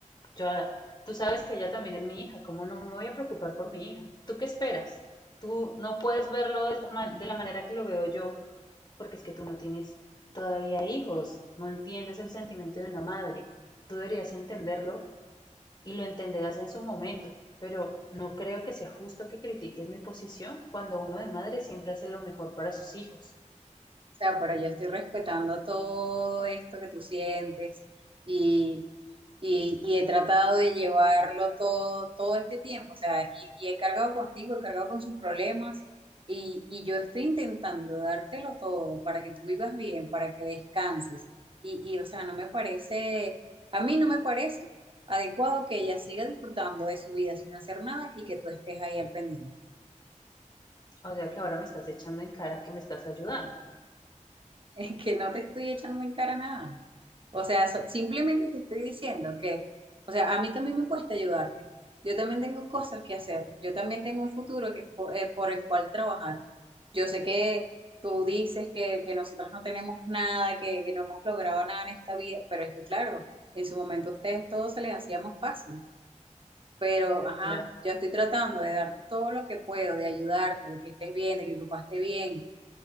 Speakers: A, on the left; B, on the right.
A: Yo, ahora- tú sabes que ella también es mi hija, ¿cómo no me voy a preocupar por mi hija? ¿Tú qué esperas? Tú no puedes verlo de esta ma- de la manera que lo veo yo, porque es que tú no tienes todavía hijos, no entiendes el sentimiento de una madre. Tú deberías entenderlo y lo entenderás en su momento, pero no creo que sea justo que critiques mi posición cuando uno de madre siempre hace lo mejor para sus hijos.
B: O sea, pero yo estoy respetando todo esto que tú sientes y, y, y he tratado de llevarlo todo, todo este tiempo. O sea, y, y he cargado contigo, he cargado con sus problemas y, y yo estoy intentando dártelo todo para que tú vivas bien, para que descanses. Y, y, o sea, no me parece, a mí no me parece adecuado que ella siga disfrutando de su vida sin hacer nada y que tú estés ahí al pendiente.
A: O sea que ahora me estás echando en cara que me estás ayudando.
B: <laughs> que no te estoy echando en cara nada. O sea, so- simplemente te estoy diciendo que, o sea, a mí también me cuesta ayudarte. Yo también tengo cosas que hacer. Yo también tengo un futuro que, po- eh, por el cual trabajar. Yo sé que tú dices que, que nosotros no tenemos nada, que, que no hemos logrado nada en esta vida, pero es que, claro, en su momento a ustedes todo se les hacía más fácil. Pero, ajá,
A: Claro,
B: yo estoy tratando de darte todo lo que puedo, de ayudarte, de que estés bien, de que tu papá esté bien,